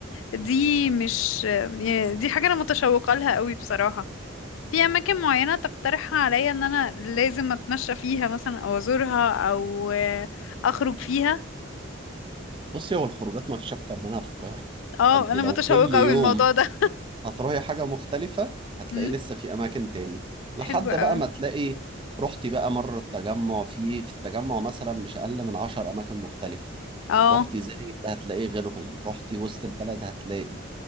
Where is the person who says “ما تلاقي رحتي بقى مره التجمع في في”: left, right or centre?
Right